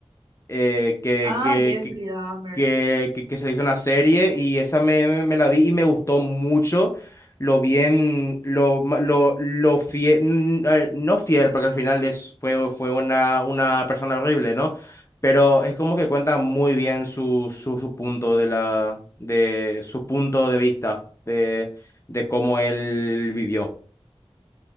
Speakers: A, on the left (about 30°); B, on the right (about 50°).
A: eh, que,
B: Ah,
A: que,
B: Jeffrey
A: que,
B: Dahmer.
A: que, que, que se le hizo una serie y esa me, me, me la vi y me gustó mucho lo bien, lo, ma- lo, lo fiel, no fiel, porque al final es, fue, fue una, una persona horrible, ¿no? Pero es como que cuenta muy bien su, su, su punto de la, de su punto de vista de, de cómo él vivió.